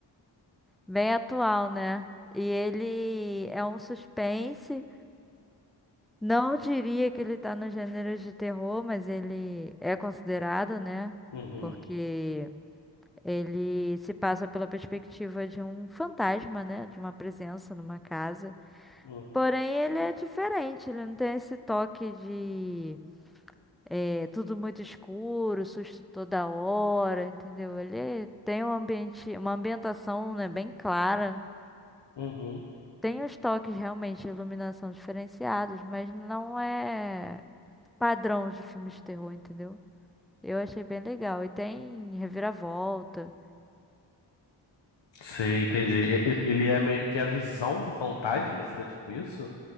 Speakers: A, in the centre; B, on the left.
A: bem atual, né? E ele é um suspense. Não diria que ele tá no gênero de terror, mas ele é considerado, né?
B: Uhum.
A: Porque ele se passa pela perspectiva de um fantasma, né? De uma presença numa casa.
B: Uhum.
A: Porém, ele é diferente, ele não tem esse toque de é, tudo muito escuro, susto toda hora, entendeu? Ele tem um ambiente, uma ambientação, né, bem clara.
B: Uhum.
A: Tem os toques realmente de iluminação diferenciados, mas não é. padrão de filmes de terror, entendeu? Eu achei bem legal. E tem reviravolta.
B: Sim, entendi. E- e- Ele é meio que a visão do fantasma, seria tipo isso?